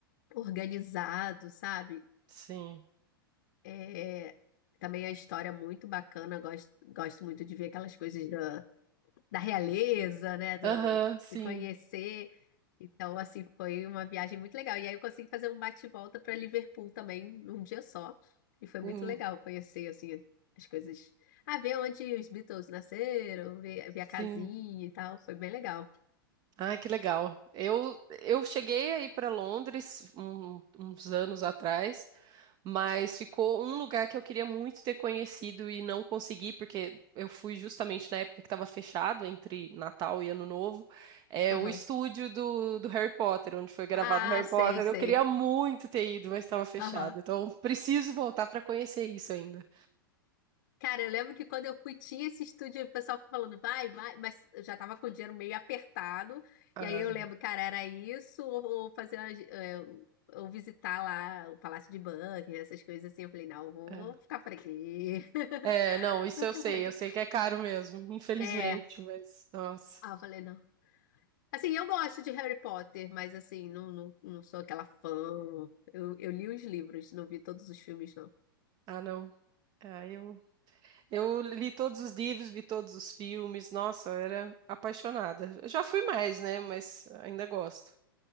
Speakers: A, on the left; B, on the right.
A: organizado, sabe?
B: Sim.
A: É, também a história muito bacana, gosto, gosto muito de ver aquelas coisas da realeza, né? Do,
B: Aham, sim.
A: de conhecer. Então, assim, foi uma viagem muito legal. E aí eu consegui fazer um bate-volta para Liverpool também num dia só. E foi
B: Hum,
A: muito legal conhecer, assim, as coisas. Ah, ver onde os Beatles nasceram, ver, ver
B: sim.
A: a casinha e tal. Foi bem legal.
B: Ai, que legal. Eu, eu cheguei aí para Londres um- uns anos atrás, mas ficou um lugar que eu queria muito ter conhecido e não consegui, porque eu fui justamente na época que estava fechado, entre Natal e Ano Novo, é
A: Aham.
B: o estúdio do, do Harry Potter, onde foi gravado
A: Ah,
B: Harry
A: sei,
B: Potter.
A: sei.
B: Eu queria muito ter ido, mas estava fechado.
A: Aham.
B: Então, preciso voltar para conhecer isso ainda.
A: Cara, eu lembro que quando eu fui, tinha esse estúdio, o pessoal falando, vai, vai, mas eu já tava com o dinheiro meio apertado.
B: Ai,
A: E aí eu lembro, cara, era isso, ou, ou fazer, uma gi- é, ou visitar lá o Palácio de Buckingham, essas coisas assim. Eu falei, não, vou,
B: é.
A: vou ficar por aqui, <laughs>
B: É, não, isso
A: vou
B: eu
A: ficar
B: sei,
A: por aqui.
B: eu sei que é caro mesmo, infelizmente,
A: É,
B: mas, nossa.
A: ah, eu falei, não. Assim, eu gosto de Harry Potter, mas assim, não, não, não sou aquela fã. Eu, eu li os livros, não vi todos os filmes, não.
B: Ah, não. Ah, eu, eu li todos os livros, vi todos os filmes. Nossa, eu era apaixonada. Eu já fui mais, né? Mas ainda gosto.